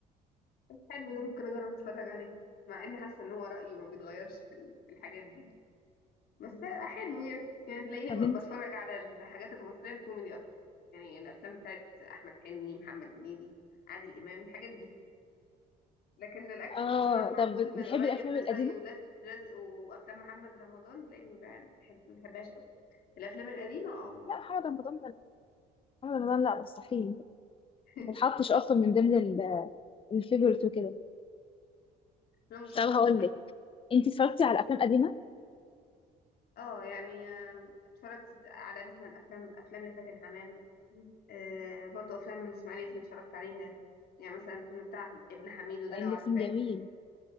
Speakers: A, on the left; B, on the left.
A: حلو ده ممكن اجرب اتفرج عليه مع اني حاسه ان هو رايي ما بيتغيرش في ال- في الحاجات دي بس حلو يعني يعني تلاقيني
B: طب
A: ب-
B: انت
A: بتفرج على الحاجات المصريه الكوميدي اكتر يعني الافلام بتاعت احمد حلمي محمد هنيدي عادل امام الحاجات دي لكن الاكشن
B: اه
A: خصوصا اللي معمول
B: طب بت-
A: من
B: بتحبي
A: قريب
B: الافلام
A: ده
B: القديمه
A: زي ولاد رزق وافلام محمد رمضان تلاقيني ما بحب- ما بحبهاش قوي الافلام القديمه اه
B: لا محمد رمضان ده محمد رمضان لا مستحيل
A: <laughs>
B: ما اتحطش اصلا من ضمن الفيفورت وكده
A: افلام صعبه
B: طب هقول
A: قوي
B: لك انت اتفرجتي على افلام قديمه
A: اه يعني آه، اتفرجت على مثلا افلام افلام لفاتن حمامة آه برضو افلام اسماعيل ياسين اتفرجت عليها يعني مثلا الفيلم بتاع ابن حميدو ده
B: لان
A: لو عارفاه
B: كان جميل